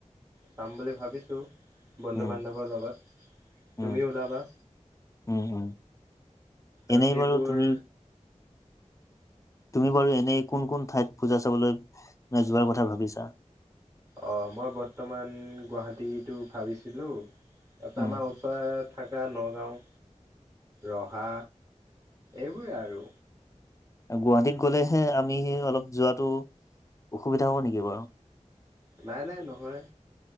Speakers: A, on the right; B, on the left.
A: যাম বুলি ভাবিছোঁ। বন্ধু
B: উম
A: বান্ধৱৰ লগত
B: উম
A: তুমিও ওলাবা।
B: উম উম এনেই
A: আৰু সেইবোৰ
B: বাৰু তুমি তুমি বাৰু এনেই কোন কোন ঠাইত পূঁজা চাবলৈ যোৱাৰ কথা ভাবিছা।
A: অ' মই বৰ্তমান গুৱাহাটীটো ভাবিছিলোঁ। তাৰপিছত
B: উম।
A: আমাৰ ওচৰৰ থাকা নগাঁও, ৰহা এইবোৰে আৰু
B: গুৱাহাটীত গ'লেহে আমি অলপ যোৱাটো অসুবিধা হ'ব নেকি বাৰু?
A: নাই নাই নহয়